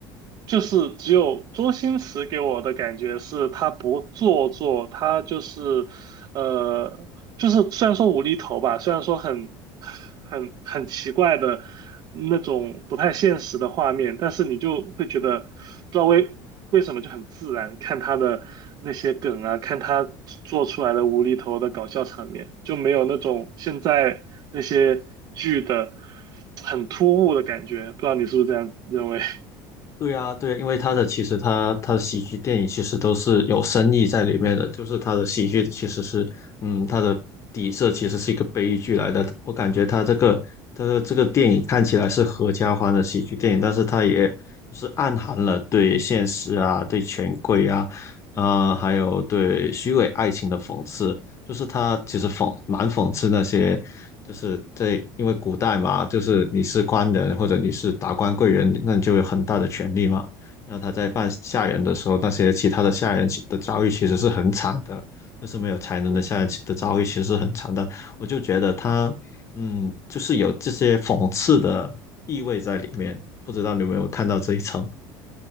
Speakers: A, on the right; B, on the left.
A: 就是只有周星驰给我的感觉是他不做作，他就是呃，就是虽然说无厘头吧，虽然说很很很奇怪的那种不太现实的画面，但是你就会觉得不知道为为什么就很自然，看他的那些梗啊，看他做出来的无厘头的搞笑场面，就没有那种现在那些剧的很突兀的感觉，不知道你是不是这样认为？<laughs>
B: 对啊，对啊，因为他的其实他他的喜剧电影其实都是有深意在里面的，就是他的喜剧其实是，嗯，他的底色其实是一个悲剧来的。我感觉他这个他的这个电影看起来是合家欢的喜剧电影，但是他也就是暗含了对现实啊、对权贵啊、啊还有对虚伪爱情的讽刺。就是他其实讽蛮讽刺那些，就是在因为古代嘛，就是你是官人或者你是达官贵人，那你就有很大的权利嘛。然后他在办下人的时候，那些其他的下人其的遭遇其实是很惨的，就是没有才能的下人其的遭遇其实是很惨的。
A: 嗯。
B: 我就觉得他，嗯，就是有这些讽刺的意味在里面，不知道你有没有看到这一层？